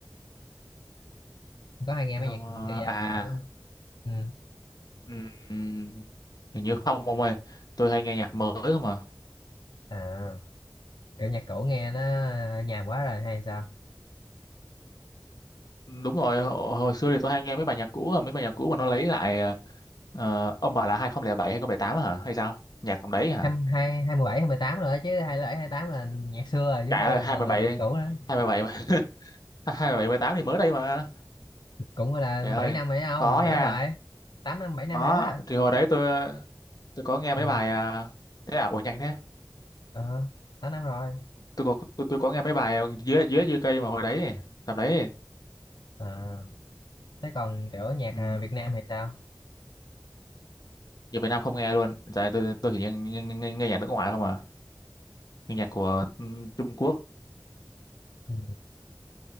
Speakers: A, on the left; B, on the left.
A: Ông Có hay nghe
B: Không,
A: mấy nhạc
B: ờ,
A: kiểu vậy
B: à,
A: không? Kiểu, ừ.
B: ừm, hình như không ông ơi. Tôi hay nghe nhạc mới không à.
A: À, kiểu nhạc cũ nghe nó nhàm quá rồi hay sao?
B: Đúng rồi, hồi, hồi xưa thì tôi hay nghe mấy bài nhạc cũ, à, mấy bài nhạc cũ mà nó lấy lại ờ, ờ, ông bảo là 2007 2008 hả? Hay sao? Nhạc tầm đấy hả?
A: Hai hai hai mười bảy hai mười tám rồi chứ hai bảy hai tám là nhạc xưa rồi chứ
B: Trời
A: không phải
B: ơi,
A: là ngồi
B: 27
A: là nhạc cũ đó.
B: 27 27 18 <laughs> thì mới đây mà.
A: Cũng gọi là
B: Trời ơi,
A: 7 năm rồi đó
B: có
A: không giỡn
B: nha.
A: hoài. tám năm 7 năm
B: Có,
A: rồi đó.
B: thì hồi đấy tôi tôi có nghe mấy
A: Ừ.
B: bài à, thế à, ủa nhanh thế.
A: ờ tám năm rồi
B: tôi có tôi, tôi có nghe mấy bài dưới dưới dưới cây mà hồi đấy tầm đấy
A: à thế còn kiểu nhạc
B: ừ.
A: à, Việt Nam hay sao
B: giờ Việt Nam không nghe luôn giờ này tôi tôi chỉ nghe, nghe, nghe, nghe nhạc nước ngoài không à nghe nhạc của ừ, Trung Quốc
A: ừ.